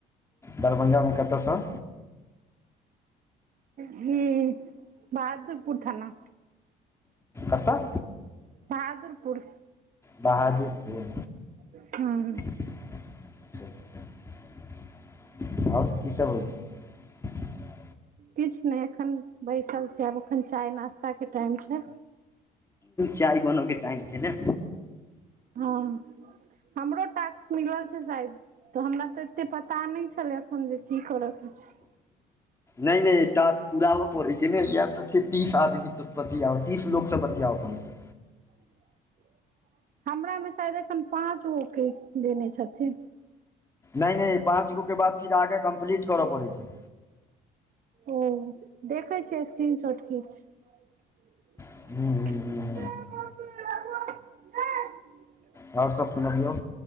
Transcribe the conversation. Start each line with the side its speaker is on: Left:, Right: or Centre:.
Left: दरभंगामे कतऽसँ
Right: ह बहादुरपुर थाना
Left: त तऽ
Right: बहादुरपुर
Left: बहादुर पुर
Right: ह
Left: <unintelligible> और की सभ होइ छै <inaudible>
Right: किछ नै एखन बैसल छी आब एखन चाय नाश्ता केँ टाइम छै
Left: चाय बन केँ टाइम छै ने
Right: हाॅं हमरो टाक्स मिलल छै शायद तऽ हमरा ते एते पता नै छलै एखन जे की करऽ केँ छै
Left: नै नै टाक्स पूराबै पड़ै छै न या तऽ छै तीस आदमी बतियाउ तीस लोकसँ बतियाउ पर छी
Right: <unintelligible> हमरा में शायद एखन पाँच गो केँ देने छथिन
Left: नै नै पाँच गो केँ बाद फिर आगा कम्प्लीट कर पड़ै छै
Right: ओ देखै छियै स्क्रीन शॉट किछ <unintelligible>
Left: <unintelligible>
Right: <unintelligible>
Left: और सब सुनबियौ